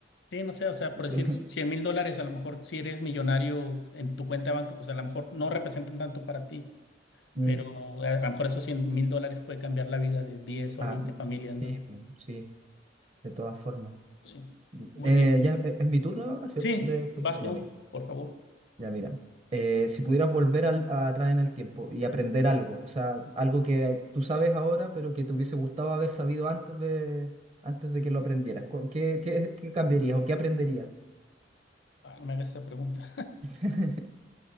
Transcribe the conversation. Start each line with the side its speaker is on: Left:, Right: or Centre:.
Left: Sí, no sé, o sea,
Right: Eso-
Left: por decir
Right: <laughs>
Left: cien mil dólares, a lo mejor si eres millonario en tu cuenta de banco, pues a lo mejor no representan tanto para ti,
Right: Mm.
Left: pero a a lo mejor esos cien mil dólares puede cambiar la vida de diez o
Right: Ah,
Left: veinte familias, ¿no?
Right: sí, pues, sí, de todas formas.
Left: Sí, muy
Right: Eh,
Left: bien.
Right: ya e- es mi turno ahora, ¿cierto?
Left: Sí,
Right: De pregunta.
Left: vas
Right: Ya,
Left: tú,
Right: mira.
Left: por favor.
Right: Ya mira, eh, si pudieras volver al- a atrás en el tiempo y aprender algo, o sea, algo que tú sabes ahora, pero que te hubiese gustado haber sabido antes de, antes de que lo aprendieras, cu- ¿qué, qué- qué cambiarías o qué aprenderías?
Left: Ah, no me hagas esa pregunta.
Right: <laughs>